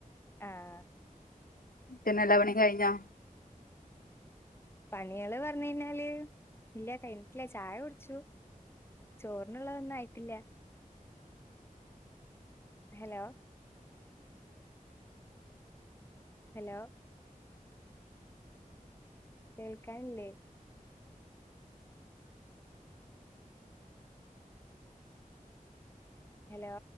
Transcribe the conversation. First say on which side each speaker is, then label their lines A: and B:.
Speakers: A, on the left; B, on the left.
A: ആഹ്
B: പിന്നെ എല്ലാ പണി യും കഴിഞ്ഞോ
A: പണികള് പറഞ്ഞ കഴിഞ്ഞാല് ഇല്ല കഴിഞ്ഞിട്ടില്ല ചായ കുടിച്ചു ചോറിനുള്ളതൊന്നും ആയിട്ടില്ല ഹലോ ഹലോ കേൾക്കാനല്ലേ ഹലോ